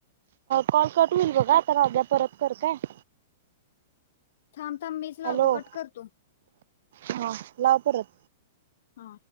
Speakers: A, on the right; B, on the left.
A: कॉल कट होईल बघा आता दाद्या परत कर काय <inaudible>
B: थांब थांब मीच लावतो
A: हॅलो
B: कट करतो
A: हा लाव परत
B: हा